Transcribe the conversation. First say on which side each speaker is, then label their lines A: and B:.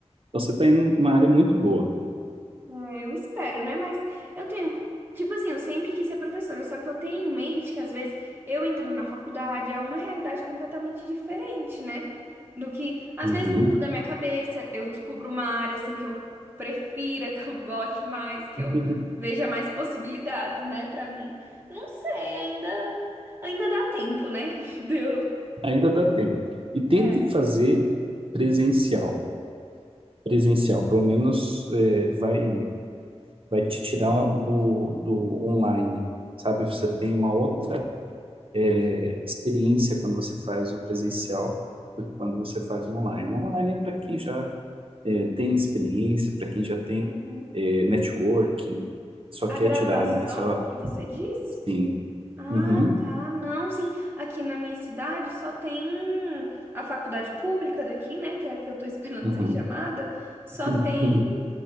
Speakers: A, on the right; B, on the right.
A: Então, você está em uma área muito boa.
B: É, Eu espero, né? Mas eu tenho. Tipo assim, eu sempre quis ser professora, só que eu tenho em mente que às vezes eu entrando na faculdade é uma realidade completamente diferente, né? Do que às
A: Uhum.
B: vezes muda a minha cabeça, eu descubro uma área assim que eu prefira, <laughs> que eu goste mais, que
A: <laughs>
B: eu veja mais possibilidades, né, Pra mim. Não sei, ainda ainda dá tempo, né? <laughs> Deu.
A: Ainda dá tempo. E tente
B: É.
A: fazer presencial. Presencial, pelo menos, é, vai. vai te tirar do, do online, sabe? Você tem uma outra é, experiência quando você faz o presencial do que quando você faz o online. O online é para quem já é, tem experiência, para quem já tem
B: Uhum.
A: é, networking, só
B: A
A: quer
B: graduação
A: tirar ali, é só
B: que você disse?
A: assim.
B: Ah,
A: Uhum,
B: tá. Não, sim. Aqui na minha cidade só tem a faculdade pública daqui, né? Que é a que eu tô <laughs> esperando
A: uhum,
B: ser chamada. Só
A: <laughs>
B: tem